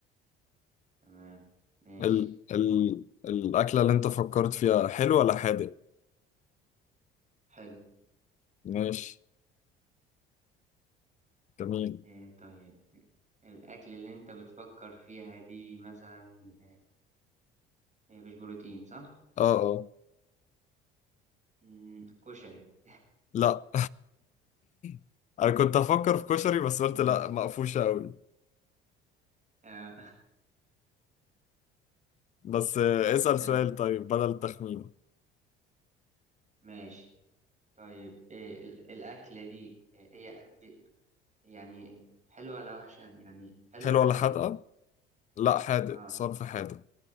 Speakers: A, on the right; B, on the left.
A: تمام ماشي
B: ال ال
A: اسأل
B: الأكلة اللي انت فكرت فيها حلو ولا حادق
A: حلو
B: ماشي جميل
A: إيه، طيب الأكل اللي أنت بتفكر فيها دي مثلا إيه، إيه، مش بروتين صح؟
B: اه اه
A: مم، كشري
B: لا <laughs> انا كنت
A: <laughs>
B: افكر
A: لا
B: في كشري
A: للأسف
B: بس
A: <laughs>
B: قلت
A: ماشي
B: لا مقفوشة قوي
A: آه،
B: بس آه، اسأل
A: اسأل
B: سؤال
A: أنت
B: طيب بدل التخمين
A: ماشي طيب آه، ال- الأكلة دي آه، هي ب- يعني حلوة ولا وحشة يعني حلوة
B: حلو
A: ولا
B: ولا
A: حادق
B: حادقة لا حادق
A: اه
B: صرف حادق